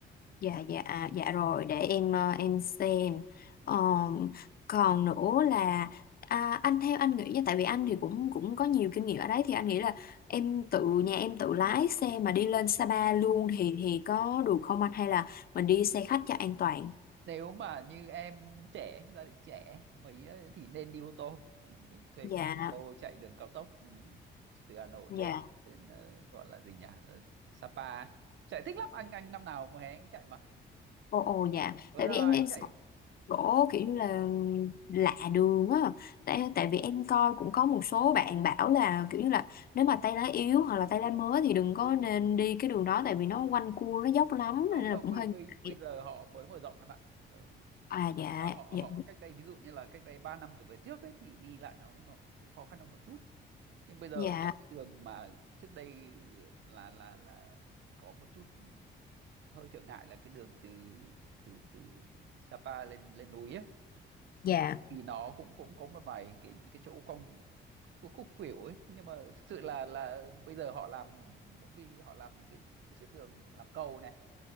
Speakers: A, on the left; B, on the right.
A: dạ dạ à, dạ rồi để em ờ, em xem Ờ, còn nữa là à, anh theo anh nghĩ nha tại vì anh thì cũng cũng có nhiều kinh nghiệm ở đấy thì anh nghĩ là em tự nhà em tự lái xe mà đi lên Sapa luôn thì thì có được không anh hay là mình đi xe khách cho an toàn
B: nếu mà như em trẻ gia đình trẻ mấy ấy thì nên đi ô tô mình mình thuê
A: dạ
B: một ô tô chạy đường cao tốc ừ, từ Hà Nội
A: dạ
B: lên đến ờ, gọi là gì nhỉ Ờ, Sapa ấy. chạy thích lắm anh anh năm nào mùa hè anh chạy mà
A: Ồ, ồ dạ
B: ừ,
A: tại
B: năm nào
A: vì em
B: anh
A: em
B: chạy
A: sợ chỗ kiểu như là lạ đường á tại, tại vì em coi cũng có một số bạn bảo là kiểu như là nếu mà tay lá yếu hoặc là tay lá mới thì đừng có nên đi cái đường đó tại vì nó quanh cua nó dốc lắm
B: không
A: nên là
B: không
A: cũng
B: bây
A: hơi
B: bây bây
A: ngại.
B: giờ họ mới mở rộng em ạ ừ,
A: à dạ
B: tức là họ
A: dạ
B: họ cách đây ví dụ như là cách đây 3 năm trở về trước ấy thì đi lại nó nó khó khăn hơn một chút nhưng bây giờ
A: dạ
B: cái đường mà trước đây là là là có một chút hơi trở ngại là cái đường từ từ từ Sapa lên lên núi ấy
A: dạ
B: thì nó cũng cũng có một vài cái cái chỗ cong khúc khúc khuỷu ấy nhưng mà thực sự là là bây giờ họ làm những cái họ làm những cái cái tuyến đường làm cầu này